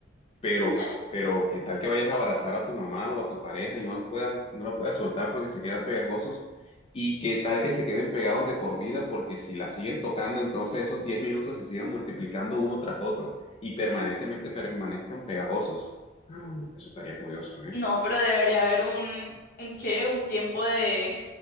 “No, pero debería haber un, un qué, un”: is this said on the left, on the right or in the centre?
Left